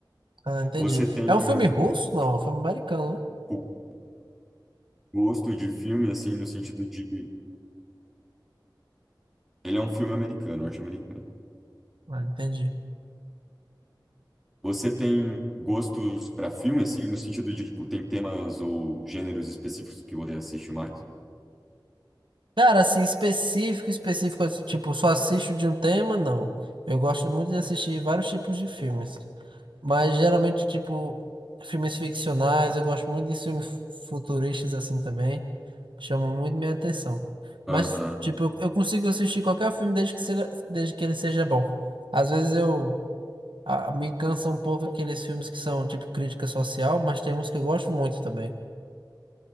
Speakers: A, on the right; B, in the centre.
A: Ah, entendi.
B: Você tem
A: É um filme russo? Não, é um filme americano, né?
B: o gosto de filme, assim, no sentido de. Ele é um filme americano, norte-americano.
A: Ah, entendi.
B: Você tem gostos para filme, assim, no sentido de, tipo, tem temas ou gêneros específicos que você assiste mais?
A: Cara, assim, específico, específico, tipo, só assisto de um tema, não. Eu gosto muito de assistir vários tipos de filmes. Mas geralmente, tipo, filmes ficcionais, eu gosto muito de filmes fu- futuristas assim também. Chamam muito minha atenção.
B: Aham,
A: Mas, tipo, eu eu consigo assistir qualquer filme desde que, seja, desde que ele seja bom. Às vezes eu ah, me cansa um pouco aqueles filmes que são, tipo, crítica social, mas tem uns que eu gosto muito também.